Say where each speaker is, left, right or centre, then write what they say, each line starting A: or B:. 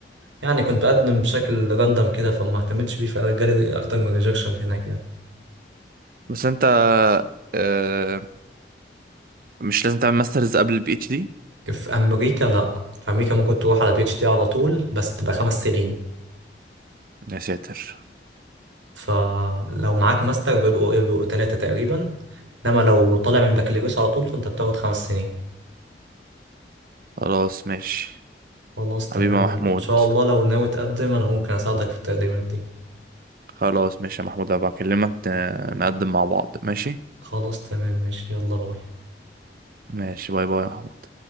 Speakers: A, on the right; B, on the right.
A: يعني كنت بقدم بشكل راندم كده فما اهتمتش بيه فجالي اكتر من ريجكشن هناك يعني
B: بس انت آه مش لازم تعمل ماسترز قبل البي اتش دي
A: في امريكا لا في امريكا ممكن تروح على بي اتش دي على طول بس تبقى خمس سنين
B: يا ساتر
A: فلو معاك ماستر بيبقوا ايه بيبقوا تلاتة تقريبا انما لو طالع من بكالوريوس على طول فانت بتاخد خمس سنين
B: خلاص ماشي
A: خلاص تمام
B: حبيبي يا محمود
A: ان شاء الله لو ناوي تقدم انا ممكن اساعدك في التقديمات دي
B: خلاص ماشي يا محمود هبقى اكلمك ن- نقدم مع بعض ماشي
A: خلاص تمام ماشي يلا باي
B: ماشي باي باي يا محمود